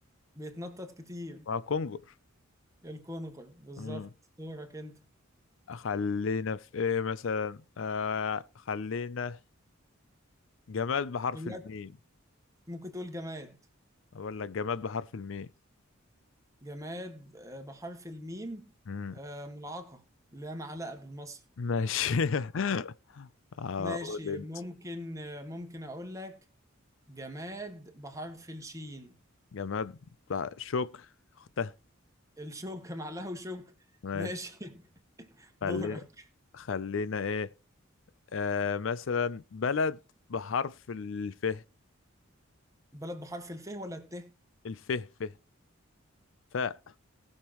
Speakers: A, on the right (about 15°); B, on the left (about 65°).
A: بيتنطط كتير
B: مع كونجر
A: الكونغر بالظبط
B: امم
A: دورك انت
B: خلينا في ايه مثلا آه خلينا جماد بحرف
A: دلوقتي
B: الميم
A: ممكن تقول جماد
B: اقول لك جماد بحرف الميم
A: جماد آه، بحرف الميم
B: مم.
A: آه، ملعقة اللي هي معلقة بالمصري
B: ماشي <laughs> هقول
A: ماشي
B: انت
A: ممكن آه، ممكن اقول لك جماد بحرف الشين
B: جماد بقى شوك اختها
A: الشوكة معلقة وشوكة
B: ماشي
A: ماشي <laughs> دورك
B: خلي خلينا ايه آه مثلا بلد بحرف الف
A: بلد بحرف الف ولا الت
B: الف ف ف